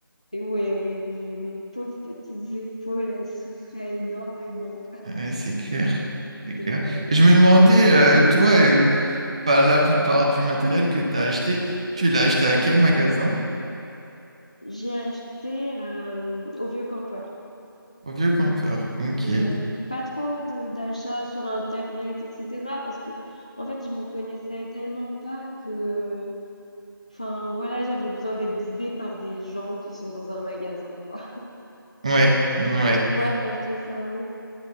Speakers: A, on the left (about 15°); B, on the right (about 15°).
A: Et ouais, ouais, oui, mes pauvres petites épaules, elles souffraient énormément.
B: Ouais, c'est clair,
A: Donc,
B: c'est clair.
A: ouais,
B: Et
A: ça
B: je me
A: a
B: demandais,
A: changé.
B: euh, toi, euh, enfin, la plupart du matériel que t'as acheté, tu l'as acheté à quel magasin?
A: J'ai acheté euh, au vieux campeur.
B: Au Vieux Campeur. Ok.
A: Ouais.
B: Euh,
A: Pas trop de- d'achats sur Internet, etc. Parce que, en fait, je m'y connaissais tellement pas que. Enfin, voilà, j'avais besoin d'être guidée par des gens qui sont dans un magasin, quoi.
B: Ouais, ouais.
A: Et toi, t'as acheté ça où?